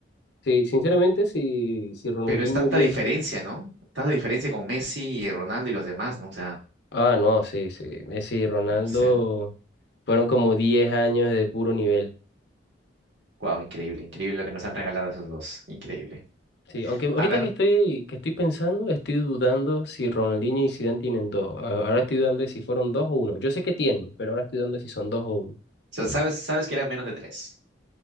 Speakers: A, on the left (about 60°); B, on the right (about 70°).
A: Sí, sinceramente, si, si Ronaldinho
B: Pero es tanta
A: hubiese...
B: diferencia, ¿no? Tanta diferencia con Messi y Ronaldo y los demás, ¿no? O sea,
A: Ah, no, sí, sí. Messi y Ronaldo
B: no sé.
A: fueron como diez años de puro nivel.
B: Wow, increíble, increíble lo que nos han regalado esos dos. Increíble.
A: Sí, aunque ahorita
B: A ver,
A: que estoy,
B: o
A: que estoy pensando, estoy dudando si Ronaldinho y Zidane tienen dos. A- Ahora estoy dudando de si fueron dos o uno. Yo sé que tienen, pero ahora estoy dudando de si son dos o uno.
B: sea, sabes, sabes que eran menos de tres.